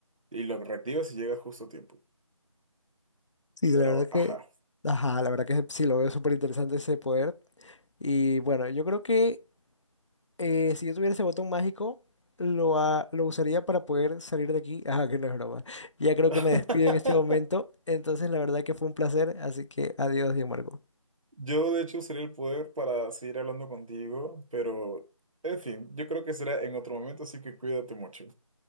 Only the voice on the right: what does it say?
y lo reactivas y llegas justo a tiempo.
Pero,
ajá.
<laughs>
Yo, de hecho, usaría el poder para seguir hablando contigo, pero, en fin, yo creo que será en otro momento, así que cuídate mucho.